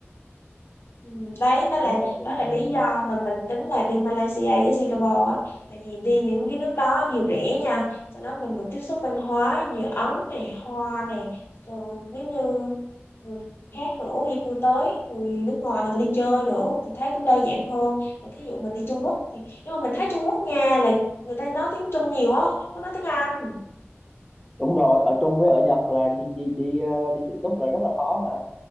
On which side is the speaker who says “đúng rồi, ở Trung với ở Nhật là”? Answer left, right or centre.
Centre